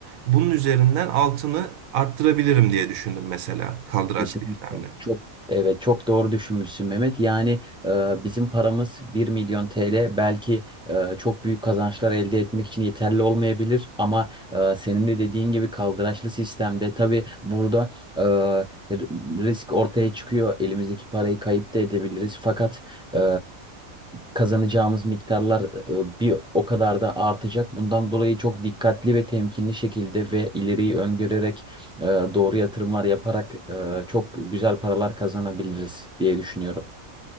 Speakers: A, on the right (about 75°); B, in the centre.
A: bunun üzerinden altını arttırabilirim diye düşündüm mesela kaldıraçlı
B: Kesinlikle.
A: işlemle.
B: Çok evet çok doğru düşünmüşsün Mehmet. Yani e, bizim paramız bir milyon TL belki e, çok büyük kazançlar elde etmek için yeterli olmayabilir ama e, senin de dediğin gibi kaldıraçlı sistemde tabii burada e, r- risk ortaya çıkıyor. Elimizdeki parayı kayıp da edebiliriz. Fakat e, kazanacağımız miktarlar e, bir o kadar da artacak. Bundan dolayı çok dikkatli ve temkinli şekilde ve ileriyi öngörerek e, doğru yatırımlar yaparak e, çok güzel paralar kazanabiliriz diye düşünüyorum.